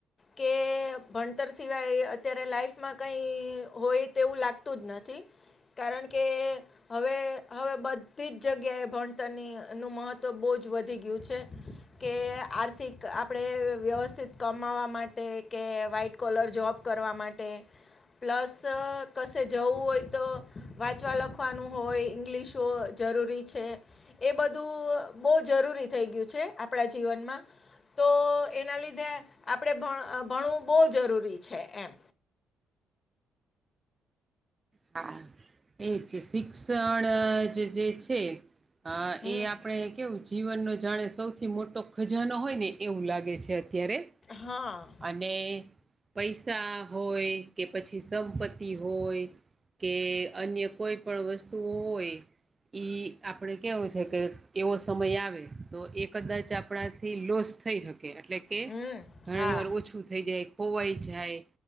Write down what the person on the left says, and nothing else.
કે ભણતર સિવાય અત્યારે લાઈફમાં કઈ હોય તેવું લાગતું જ નથી. કારણ કે હવે હવે બધી જ જગ્યાએ ભણતરની એનું મહત્ત્વ બહુ જ વધી ગયું છે કે આર્થિક આપણે વ્યવસ્થિત કમાવા માટે કે વાઇટ કોલર જોબ કરવા માટે પ્લસ કશે જવું હોય તો વાંચવા લખવાનું હોય ઇંગ્લિશ હોય જરૂરી છે એ બધું બહુ જરૂરી થઈ ગયું છે આપણા જીવનમાં તો એના લીધે આપણે એ ભણ ભણવું બહુ જરૂરી છે એમ
હમ
હા
હમ
હા